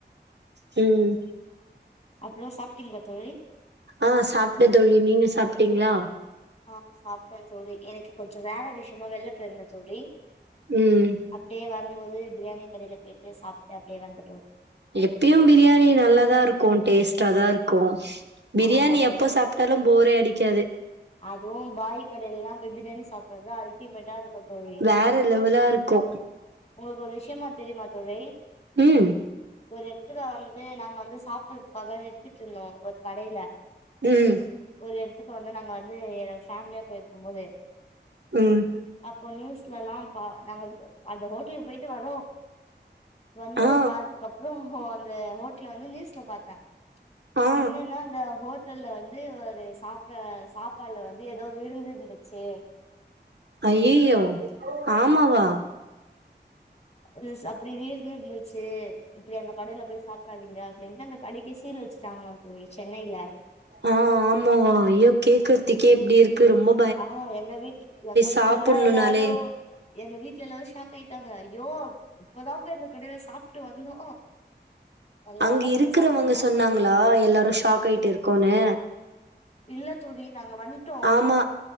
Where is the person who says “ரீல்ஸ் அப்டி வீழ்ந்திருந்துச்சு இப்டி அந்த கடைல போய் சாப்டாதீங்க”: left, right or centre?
Left